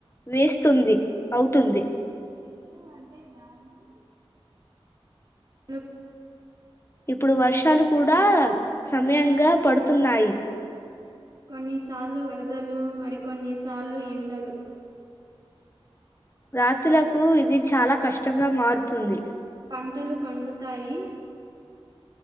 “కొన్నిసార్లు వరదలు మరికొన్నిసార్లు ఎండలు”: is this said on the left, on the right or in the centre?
Right